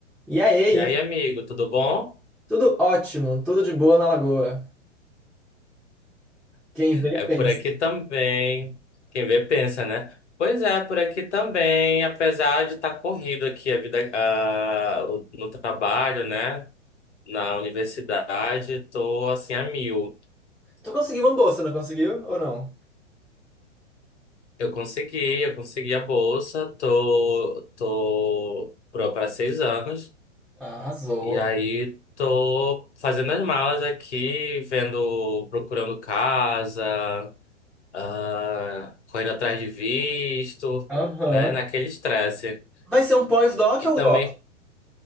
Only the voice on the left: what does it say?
E aí,
amigo, tudo bom?
É
por aqui também. Quem vê pensa, né? Pois é, por aqui também, apesar de estar corrido aqui a vida, ah, o- no trabalho, né? Na universidade, tô assim a mil.
Eu consegui, eu consegui a bolsa, tô, tô pro para seis anos.
E aí tô fazendo as malas aqui, vendo, procurando casa. ah, correndo atrás de visto,
né? Naquele estresse.
E
também,